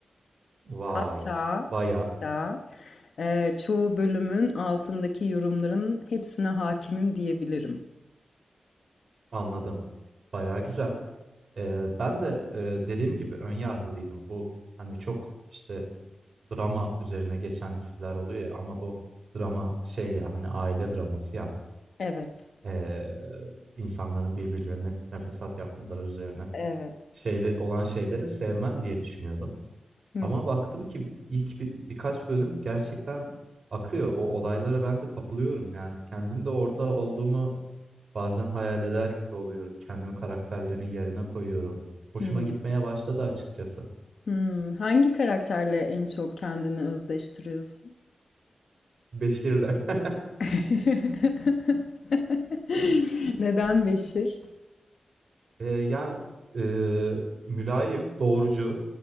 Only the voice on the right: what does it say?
Vay!
baya.
Anladım. Bayağı güzel. Eee, ben de eee, dediğim gibi ön yargılıydım. Bu hani çok işte drama üzerine geçen diziler oluyor ya ama bu drama şey ya hani aile draması ya
Eee, insanların birbirlerine fitne fesat yapmaları üzerine
şeyde olan şeyleri sevmem diye düşünüyordum.
Ama
baktım ki ilk bir, birkaç bölüm gerçekten akıyor. O olaylara ben de kapılıyorum yani kendim de orada olduğumu Bazen hayal eder gibi oluyorum. Kendimi karakterlerin yerine koyuyorum. Hoşuma
gitmeye başladı açıkçası.
Beşir'le. <laughs>
Eee, yani eee, mülayim, doğrucu,